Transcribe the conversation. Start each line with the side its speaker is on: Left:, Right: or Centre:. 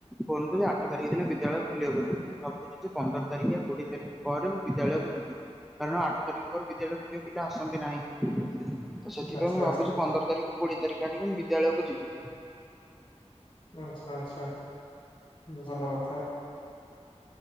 Centre: ଫୋନ କୁ ଆଠ ତାରିଖ ଦିନ ବିଦ୍ୟାଳୟ ଖୋଲିବ ବୋଲି, ମୁଁ ଭାବୁ- ବୁ ଯେ ପନ୍ଦର ତାରିଖ, କୋଡିଏ ତାରିଖ, ପରେ ମୁଁ ବିଦ୍ୟାଳୟକୁ ଯିବି। କାରଣ -ଆଠ ତାରିଖ ପରେ କି ପିଲା ଆସନ୍ତି ନାହିଁ, ତ ସେଥିପାଇଁ
Left: ଆଚ୍ଛା
Centre: ମୁଁ ଭାବୁଛି
Left: ଆଚ୍ଛା
Centre: ପନ୍ଦର ତାରିଖ କୋଡିଏ ତାରିଖ ଆଡିକି ମୁଁ ବିଦ୍ୟାଳୟକୁ ଯିବି।
Left: ଆଚ୍ଛା ଆଚ୍ଛା ଭଲ କଥା।